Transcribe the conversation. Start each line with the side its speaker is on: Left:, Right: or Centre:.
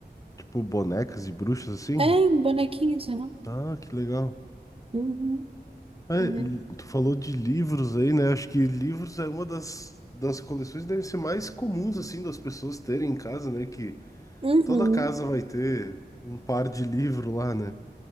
Left: tipo bonecas e bruxas assim?
Right: É, bonequinhas, né?
Left: Ah, que legal.
Right: Uhum,
Left: É,
Right: é.
Left: tu falou de livros aí, né? Acho que livros é uma das, das coleções que devem ser mais comuns, assim, das pessoas terem em casa, né? Que
Right: Uhum.
Left: toda casa vai ter um par de livro lá, né?